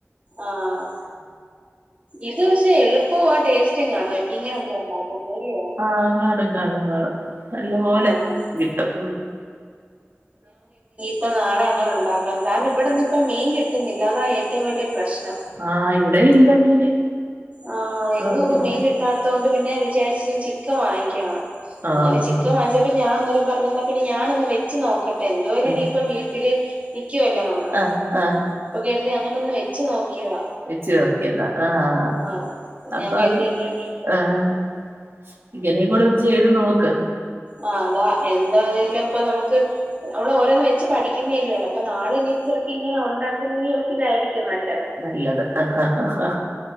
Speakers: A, on the right; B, on the right.
A: ആഹ് ഇത് പക്ഷെ എളുപ്പവും ആ ടേസ്റ്റും കാണുമായിരിക്കും ഇങ്ങനെയൊക്കെ ഉണ്ടാക്കുമ്പോ ഇല്ല്യേ
B: ആഹ് കാണും കാണും കാണും നല്ലപോലെ
A: ആഹ്
B: കിട്ടും
A: അപ്പം നാളെ അങ്ങനെ ഉണ്ടാക്കന്ന് കാരണം ഇവിടെന്നും ഇപ്പ മീൻ കിട്ടുന്നില്ല അതാ ഏറ്റവും വലിയ പ്രശ്നം
B: ആഹ് ഇവിടേം ഇല്ല മീന്
A: ആഹ് എങ്ങും
B: ആഹ്
A: ഇപ്പൊ മീൻ കിട്ടാത്ത കൊണ്ട് പിന്നെ വിചാരിച്ച് ചിക്കൻ വാങ്ങിക്കാന്ന്
B: ആഹ്
A: അങ്ങനെ ചിക്കൻ വാങ്ങിചിട്ട് ഞാൻ അന്നേരം പറഞ്ഞു ന്നാ പിന്നെ ഞാൻ ഒന്ന് വെച്ച് നോക്ക എന്തുവായാലും
B: ആഹ്
A: ഇനിയിപ്പം വീട്ടില് നിക്കുവല്ലേ നമ്മള്
B: ആഹ് ആഹ്
A: അപ്പൊ കരുതി അങ്ങനെയൊന്ന് വെച്ച് നോക്കിയതാ
B: വെച്ച് നോക്കിയതാ ആഹ്
A: ആഹ്
B: അപ്പൊ
A: ഞാൻ കരുതി
B: അത്
A: ഇനി
B: ആഹ് ഇങ്ങനെയും കൂടെ ഒന്ന് ചെയ്തു നോക്ക്
A: ആഹ് അതാ എന്താന്നേലും ഇപ്പൊ നമുക്ക് നമ്മൾ ഓരോന്ന് വെച്ച് പഠിക്കുന്നേല്ലേ ഉള്ളു അപ്പൊ നാളെ ഇനി ചിലപ്പോ ഇങ്ങനെ ഉണ്ടാക്കുന്നെങ്കിൽ ചിലപ്പ ഇതായിരിക്കും നല്ലത്
B: നല്ലത് അഹാ ഹാ ഹാ